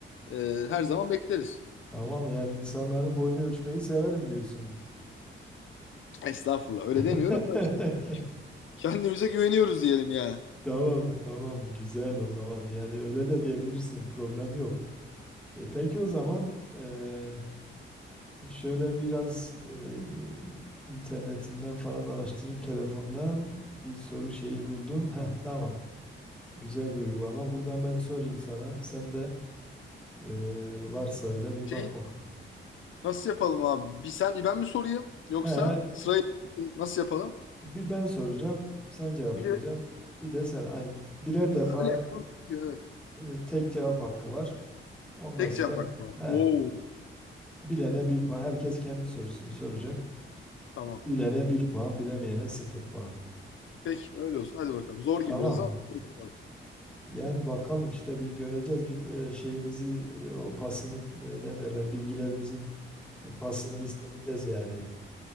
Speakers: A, on the left (about 75°); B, in the centre.
A: e, her zaman bekleriz.
B: tamam yani insanların boyunu ölçmeyi severim diyorsun.
A: Estağfurullah öyle
B: <laughs>
A: demiyorum da işte kendimize güveniyoruz diyelim yani.
B: Tamam tamam güzel o zaman yani öyle de diyebilirsin problem yok. E, peki o zaman e, şöyle biraz e, internetimden falan araştırayım telefondan bir soru şeyi buldum. Heh tamam güzel bir uygulama buradan ben sorayım sana sen de e, varsa öyle bir
A: Şey
B: bak bakalım.
A: nasıl yapalım abi? Bir sen bir ben mi sorayım yoksa
B: He
A: sırayı nasıl yapalım?
B: bir ben soracağım sen cevaplayacaksın
A: Bir de
B: bir de sen aynı birer defa
A: öyle yapalım. çünkü Evet.
B: e, e, tek cevap hakkı var ondan
A: Tek
B: sonra
A: cevap hakkı var.
B: he.
A: Oo.
B: Bilene bir puan. Herkes kendi sorusunu soracak.
A: Tamam.
B: Bilene bir puan, bilemeyene sıfır puan.
A: Peki öyle olsun. Hadi bakalım. Zor
B: Tamam
A: gibi biraz ama.
B: mı?
A: hadi bakalım.
B: Yani bakalım işte bir göreceğiz bir e, şeyimizi e, o pasını e, ne derler bilgilerimizin e, pasını biz sileceğiz yani.